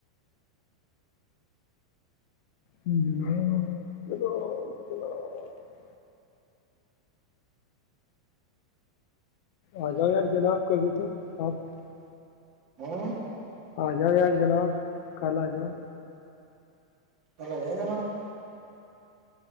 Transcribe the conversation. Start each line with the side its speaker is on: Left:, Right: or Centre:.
Left: جناب جناب جناب <unintelligible> آ جاؤ یار جناب کبھی تو آپ <unintelligible>
Right: ہوں <inaudible>
Left: آ جاؤ یار جناب کل آ جاؤ <unintelligible>
Right: پلا جے گا نا <unintelligible>